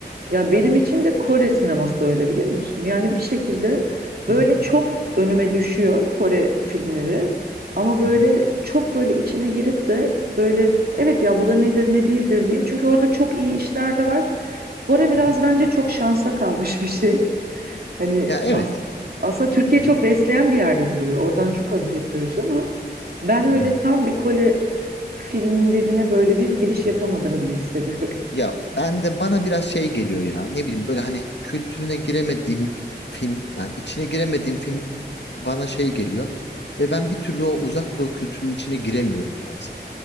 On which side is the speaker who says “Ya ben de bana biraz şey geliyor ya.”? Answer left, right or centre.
Left